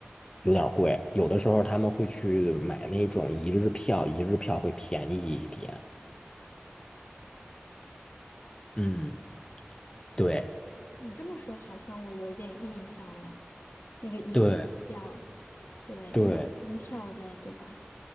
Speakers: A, on the left; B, on the left.
A: 有点儿贵。有的时候他们会去买那种一日票，一日票会便宜一点。嗯，对
B: 你这么说，好像我有一点印象了。那个一日票，
A: 对
B: 对，
A: 对。
B: 就是门票的，对吧？